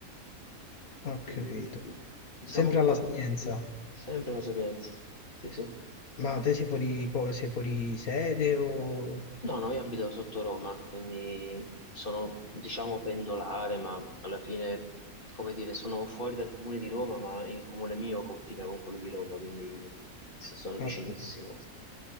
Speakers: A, on the left; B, on the left.
A: Ho
B: quindi
A: capito.
B: diciamo
A: Sempre
B: che
A: alla
B: potevo
A: Sapienza.
B: sempre la Sapienza. Sì, sì.
A: Ma te sei fuori, co- sei fuori sede o... Ho
B: No, no, io abito sotto Roma, quindi sono, diciamo, pendolare, ma alla fine, come dire, sono fuori dal comune di Roma, ma il comune mio confina con quello di Roma, quindi sì, sono
A: capito.
B: vicinissimo.